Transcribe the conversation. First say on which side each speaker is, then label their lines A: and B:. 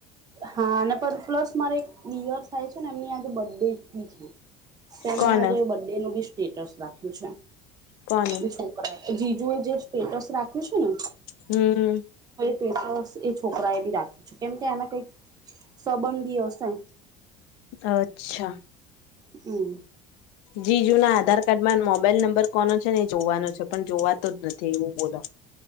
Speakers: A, on the right (about 25°); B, on the left (about 85°).
A: હા અને પણ પ્લસ મારે એક યર થાય છે, ને એમની આજે બર્થડે બી છે. તેમને
B: કોને
A: આજે બડેનું બી સ્ટેટસ રાખ્યું છે,
B: કોને
A: એ છોકરા એ જીજુ એ જે સ્ટેટસ રાખ્યું છે ને
B: હમમ.
A: પેપર એ છોકરા એ બી રાખ્યું છે કેમ કે આને કઈક સંબંધી ઓ છે.
B: અચ્છા
A: હમ
B: જીજૂના આધાર કાર્ડમાં મોબાઈલ નંબર કોનો છે ને એ જોવાનો છે પણ જોવાતો જ નથી એવું બોલો.